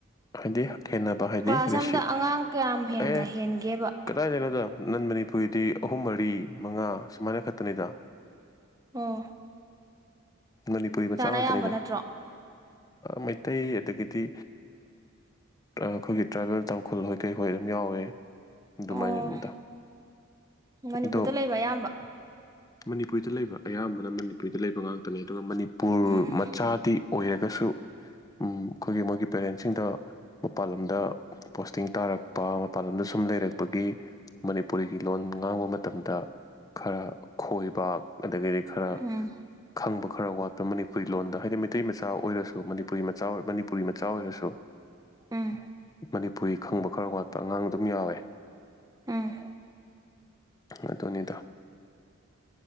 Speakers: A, on the left (about 15°); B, on the right (about 15°).
A: ꯍꯥꯏꯗꯤ ꯈꯦꯅꯕ ꯍꯥꯏꯗꯤ
B: ꯀ꯭ꯂꯥꯁ
A: ꯔꯤꯁꯤꯞ
B: ꯑꯝꯗ ꯑꯉꯥꯡ ꯀꯌꯥꯝ ꯍꯦꯟꯅ
A: ꯑꯦ
B: ꯍꯦꯟꯒꯦꯕ
A: ꯀꯗꯥꯏꯗꯅꯗꯣ ꯅꯟ ꯃꯅꯤꯄꯨꯔ ꯑꯩꯈꯣꯏꯗꯤ ꯑꯍꯨꯝ ꯃꯔꯤ ꯃꯉꯥ ꯁꯨꯃꯥꯏꯅ ꯈꯛꯇꯅꯤꯗ
B: ꯎꯝ
A: ꯃꯅꯤꯄꯨꯔꯤ ꯃꯆꯥ ꯉꯥꯛꯇꯅꯤꯗ
B: ꯑꯌꯥꯝꯕ ꯅꯠꯇ꯭ꯔꯣ
A: ꯃꯩꯇꯩ ꯑꯗꯒꯤꯗꯤ ꯑꯩꯈꯣꯏꯒꯤ ꯇ꯭ꯔꯥꯏꯕꯦꯜ ꯇꯥꯡꯈꯨꯜ ꯍꯣꯏ ꯀꯩ ꯍꯣꯏ ꯑꯗꯨꯝ ꯌꯥꯎꯏꯦ ꯑꯗꯨꯃꯥꯏꯅꯗ
B: ꯑꯣ ꯃꯅꯤꯄꯨꯔꯗ
A: ꯑꯗꯣ
B: ꯂꯩꯕ ꯑꯌꯥꯝꯕ
A: ꯃꯅꯤꯄꯨꯔꯤꯗ ꯂꯩꯕ ꯑꯌꯥꯝꯕꯅ ꯃꯅꯤꯄꯨꯔꯤꯗ ꯂꯩꯕ ꯉꯥꯛꯇꯅꯦ ꯑꯗꯨꯒ ꯃꯅꯤꯄꯨꯔ
B: ꯎꯝ
A: ꯃꯆꯥꯗꯤ ꯑꯣꯏ ꯑꯗꯨꯁꯨ ꯑꯝ ꯑꯈꯣꯏꯒꯤ ꯃꯣꯏꯒꯤ ꯄꯦꯔꯦꯟꯁꯤꯡꯗ ꯃꯄꯥꯜꯂꯝꯗ ꯄꯣꯁꯇꯤꯡ ꯇꯥꯔꯛꯄ ꯃꯄꯥꯟ ꯂꯝꯣꯝꯗ ꯁꯨꯝ ꯂꯩꯔꯛꯄꯒꯤ ꯃꯅꯤꯄꯨꯔꯤꯒꯤ ꯂꯣꯟ ꯉꯥꯡꯕ ꯃꯇꯝꯗ ꯈꯔ ꯈꯣꯏꯕꯥꯛ ꯑꯗꯒꯤꯗꯤ ꯈꯔ
B: ꯎꯝ
A: ꯈꯪꯕ ꯈꯔ ꯋꯥꯠꯄ ꯃꯅꯤꯄꯨꯔꯤ ꯂꯣꯟꯗ ꯍꯥꯏꯗꯤ ꯃꯩꯇꯩ ꯃꯆꯥ ꯑꯣꯏꯔꯁꯨ ꯃꯅꯤꯄꯨꯔꯤ ꯃꯆꯥ ꯑꯣꯏꯕ ꯃꯅꯤꯞ ꯄꯨꯔꯤ ꯃꯆꯥ ꯑꯣꯏꯔꯁꯨ
B: ꯎꯝ
A: ꯃꯅꯤꯄꯨꯔꯤ ꯈꯪꯕ ꯈꯔ ꯋꯥꯠꯄ ꯑꯉꯥꯡ ꯑꯗꯨꯝ ꯌꯥꯎꯋꯦ
B: ꯎꯝ
A: ꯑꯗꯨꯅꯤꯗ